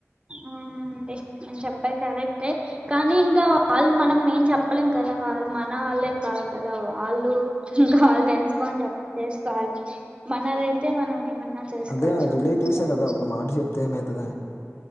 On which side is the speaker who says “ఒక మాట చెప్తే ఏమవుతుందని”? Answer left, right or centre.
Left